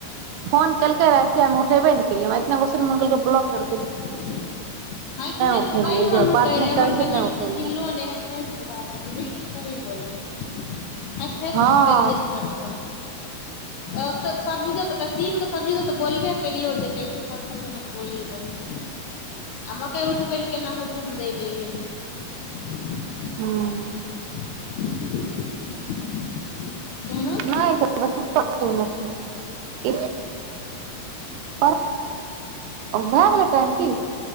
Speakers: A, on the right; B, on the left.
A: फोन केलकै रहयसे हम उठेबे ने के लिए हमरा इतना गुस्सा मन कयलके ब्लोक कर
B: हँसि हँसि
A: उठेलियै
B: के सहि मे मनु
A: जे बात
B: कहै
A: नहि
B: रहय हमर
A: करै छै
B: कनि
A: नहि उठेलियै
B: तऽ चिन्हलो नहि होइ छै हँसि हँसि के बाजय बिलकुल सही बोलले हँसि हँसि
A: हँ
B: के बेज्जत करतो आओर सब सबजी सब तऽ तऽ सीम के सब्जी दऽ बोलबे केलियो जे कैसे पत्थर सन बोली बोले आ मकइ उठबै ले केना हुकुम दै लेल एलै
A: हँ
B: <unintelligible> एहनो
A: नहि
B: छी
A: तऽ हबै सुतल छौ ओने से भए गेलै टाइम की